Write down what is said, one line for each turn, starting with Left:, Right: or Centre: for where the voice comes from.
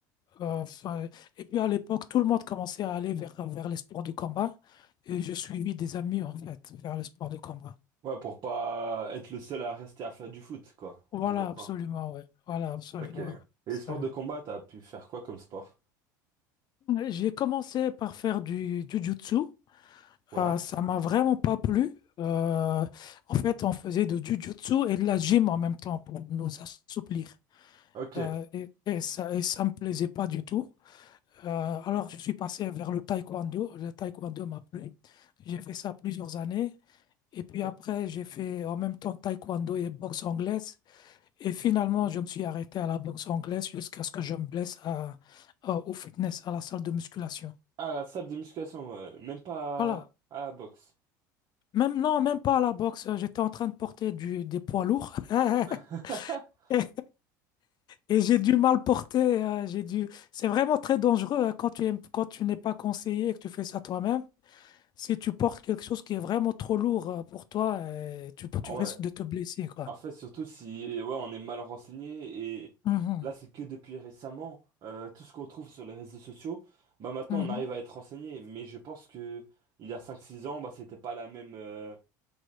Left: enfin, et puis à l'époque, tout le monde commençait à aller vers, vers les sports de combat. Et je suivis des amis, en fait, vers les sports de combat.
Right: Ouais, pour pas être le seul à rester à faire du foot, quoi.
Left: Voilà,
Right: Je comprends.
Left: absolument, ouais. Voilà, absolument.
Right: Ok. Et les
Left: Absolument.
Right: sports de combat, t'as pu faire quoi comme sport?
Left: J'ai commencé par faire du, du jiu-jitsu.
Right: Ouais.
Left: Euh, ça m'a vraiment pas plu. Euh, en fait, on faisait du jiu-jitsu et de la gym en même temps pour nous assouplir.
Right: Ok.
Left: Euh, et, et ça, et ça me plaisait pas du tout. Euh, alors, je suis passé vers le taekwondo. Le taekwondo m'a plu. J'ai fait ça plusieurs années. Et puis
Right: T'as-
Left: après, j'ai fait en même temps taekwondo et boxe anglaise. Et finalement, je me suis arrêté à la boxe anglaise jusqu'à ce que je me blesse à- à- au fitness, à la salle de musculation.
Right: Ah, la salle de musculation, ouais. Même pas
Left: Voilà.
Right: à la boxe.
Left: Même non, même pas à la boxe. J'étais en train de porter du, des poids lourds. <laughs>
Right: <laughs>
Left: Et et j'ai du mal porter. euh, j'ai dû... C'est vraiment très dangereux hein, quand tu aimes- quand tu n'es pas conseillé et que tu fais ça toi-même. Si tu portes quelque chose qui est vraiment trop lourd euh, pour toi, euh, tu, tu
Right: Ah
Left: risques
Right: ouais,
Left: de te blesser, quoi.
Right: en fait, surtout si ouais, on est mal renseigné et
Left: Mhm,
Right: là, c'est que depuis récemment, euh, tout ce qu'on trouve sur les réseaux sociaux, bah maintenant
Left: mhm.
Right: on arrive à être renseigné. Mais je pense que il y a cinq six ans, bah c'était pas la même, euh,